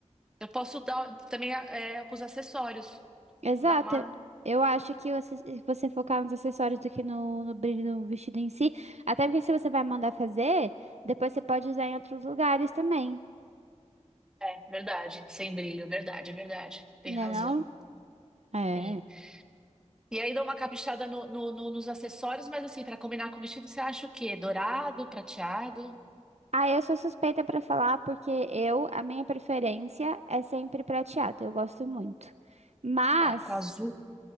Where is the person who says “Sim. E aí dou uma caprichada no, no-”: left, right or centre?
Centre